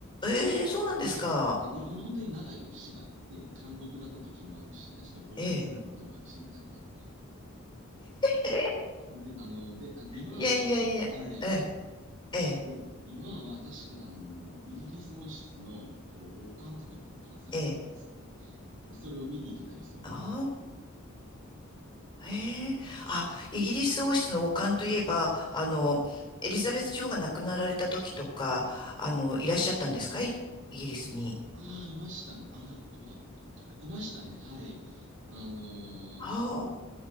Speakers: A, on the left; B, on the right.
A: ええそうなんですか。
B: 監獄だった、いろ、本当に長い歴史があって、監獄だった時もあるし、確か動物園だった時もあるし、
A: え
B: みたいな。
A: え。
B: 本当に、あの、で、あ今は、
A: いやいやいや、
B: はい。
A: ええ、ええ、
B: で、今は確か、あの、イギリス王室の、こう、王冠とかが保管されてるんですね。
A: ええ。
B: で、それを見に行けたりするんですよ。
A: ああ、へえ。あ、イギリス王室の王冠といえば、あの、エリザベス女王が亡くなられた時とか、
B: はい。
A: あの、いらっしゃったんですかいイギリスに。
B: ああ、いましたね。ああ、どうだったっけ。あいましたね。はい。あのー
A: ああ、